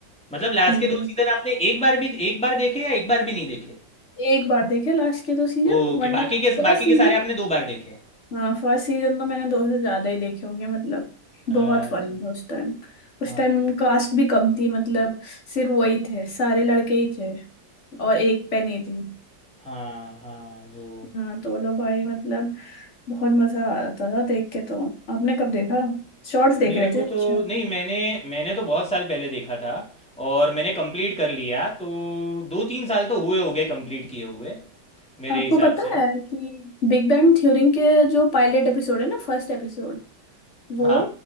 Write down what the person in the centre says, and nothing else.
मतलब लास्ट
के दो सीजन आपने एक बार भी एक बार देखे या एक बार भी नहीं देखे
ओके
बाकी
के बाकी
के सारे आपने दो बार देखे
अच्छा
हाँ
हाँ हाँ वो
मेरे
को
तो नहीं मैंने मैंने तो बहुत साल पहले देखा था और मैंने कंप्लीट कर लिया तो दो तीन साल तो हुए होंगे कंप्लीट किए हुए मेरे
हिसाब
से हम्म।
हाँ